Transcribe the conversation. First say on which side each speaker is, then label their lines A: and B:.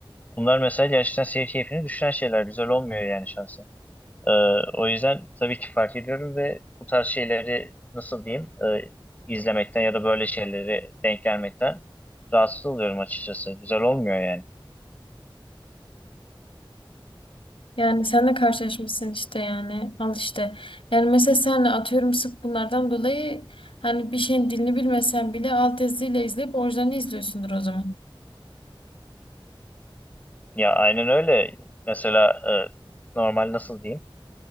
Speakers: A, on the left; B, on the left.
A: Bunlar mesela gerçekten seyir keyfini düşüren şeyler. Güzel olmuyor yani şahsen. Ee, o yüzden tabii ki fark ediyorum ve bu tarz şeyleri nasıl diyeyim e, izlemekten ya da böyle şeyleri denk gelmekten rahatsız oluyorum açıkçası. Güzel olmuyor yani.
B: Yani sen de karşılaşmışsın işte yani al işte. Yani mesela senle atıyorum sık bunlardan dolayı hani bir şeyin dilini bilmesen bile alt yazıyla izleyip orijinalini izliyorsundur o zaman.
A: Ya aynen öyle. Mesela e, normal nasıl diyeyim?